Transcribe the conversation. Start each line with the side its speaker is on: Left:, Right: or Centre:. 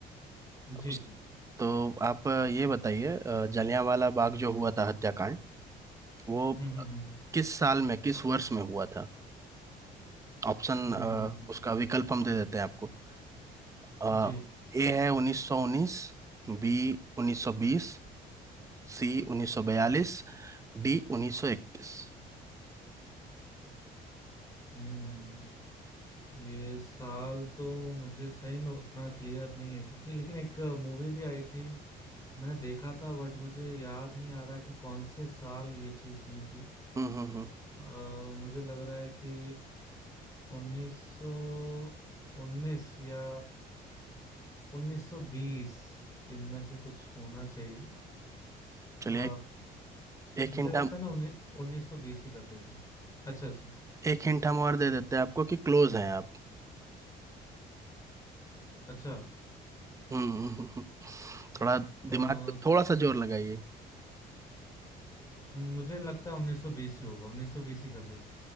Left: जी
Right: उस-
Left: जी
Right: तो आप अ, ये बताइए अ, जलियांवाला बाग जो हुआ था हत्याकांड वो
Left: हम्म हम्म हम्म
Right: किस साल में किस वर्ष में हुआ था ऑप्शन
Left: हम्म,
Right: उसका विकल्प हम दे देते हैं आपको अ,
Left: जी
Right: ए है 1919 बी 1920 सी 1942 डी 1931
Left: हम्म ये साल तो मुझे सही में उतना क्लियर नहीं है क्योंकि लेकिन एक मूवी भी आई थी मैंने देखा था बट मुझे याद नहीं आ रहा कि कौन से साल ये चीज हुई थी
Right: हम्म हम्म हम्म
Left: अ, मुझे लग रहा है कि 1919 या 1920 इनमें से कुछ होना चाहिए
Right: चलिए
Left: आ,
Right: एक एक
Left: मुझे
Right: हिंट
Left: लगता
Right: हम
Left: है ना उन्नी- 1920 ही कर दीजिए अच्छा अच्छा
Right: एक हिंट हम और दे देते हैं आपको कि क्लोज हैं आप
Left: अच्छा
Right: हम्म हम्म, हम्म, हम्म। थोड़ा
Left: अ,
Right: दिमाग पे थोड़ा सा जोर लगाइए
Left: मुझे लगता है 1920 ही होगा 1920 ही कर